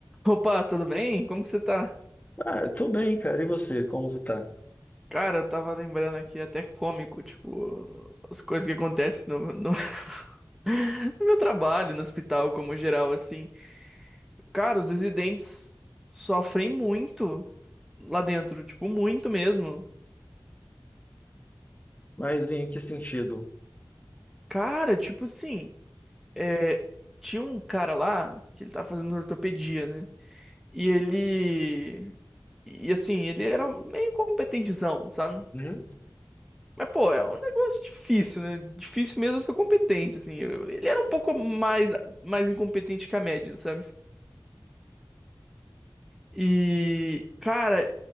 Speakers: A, in the centre; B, on the left.
A: Opa, tudo bem? Como que você tá?
B: Ah, eu tô bem, cara. E você, como tu tá?
A: Cara, eu tava lembrando aqui, até cômico, tipo, as coisas que acontecem no, no, <laughs> no meu trabalho, no hospital, como geral, assim. Cara, os residentes sofrem muito lá dentro, tipo, muito mesmo.
B: Mas em que sentido?
A: Cara, tipo assim, é, tinha um cara lá que ele tava fazendo ortopedia, né? E ele. E assim, ele era meio competentezão, sabe?
B: Hum?
A: Mas, pô, é um negócio difícil, né? Difícil mesmo ser competente, assim. Eu- Ele era um pouco mais, mais incompetente que a média, sabe? E, cara,